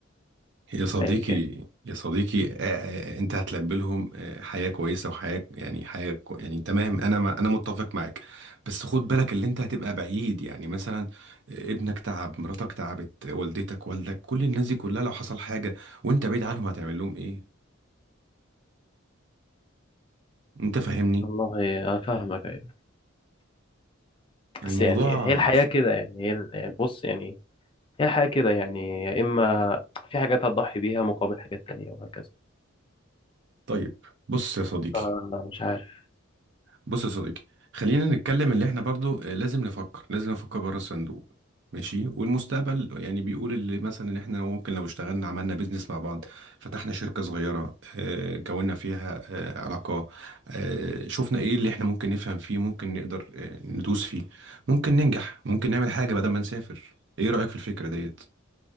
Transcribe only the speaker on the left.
ايا كان
والله انا فاهمك ايوه
بس يعني هي الحياة
كده يعني هي ال- يعني بص يعني هي الحياة كده يعني يا اما في حاجات هتضحي بيها مقابل حاجات تانية وهكذا
فأنا مش عارف